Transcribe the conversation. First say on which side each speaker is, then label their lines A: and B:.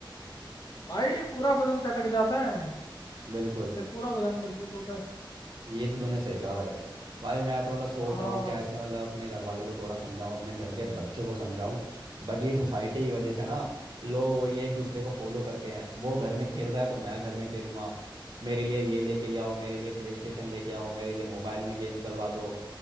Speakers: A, on the left; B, on the right.
A: भाई पूरा बदन चटक जाता है
B: बिल्कुल
A: फिर पूरा बदन मजबूत होता है
B: ये तो तूने सही कहा भाई भाई मैं तो मतलब सोच
A: हाँ
B: रहा हूँ कैसे मतलब अपने घर वालों को थोड़ा समझाऊं अपने घर के बच्चों को समझाऊं बट ये सोसाइटी की वजह से ना लोग वो ये एक दूसरे को फॉलो करते हैं वो घर में खेल रहा है तो मैं घर में खेलूंगा मेरे लिए ये लेके ले आओ मेरे लिए प्ले स्टेशन लेके आओ मेरे लिए मोबाइल में गेम्स डलवा दो